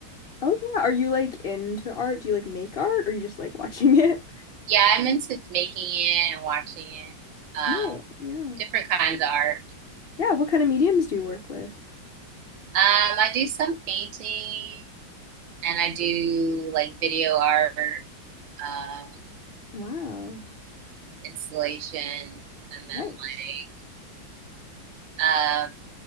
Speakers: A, on the left (about 80°); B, on the right (about 75°).
A: Oh yeah. Are you like into art? Do you like make art or you just like watching <laughs> it?
B: Yeah, I'm into making it and watching it. Um,
A: Oh, yeah.
B: different kinds of art.
A: Yeah, what kind of mediums do you work with?
B: Um, I do some painting and I do like video art, um,
A: Wow.
B: installation, and
A: Nice.
B: then like um,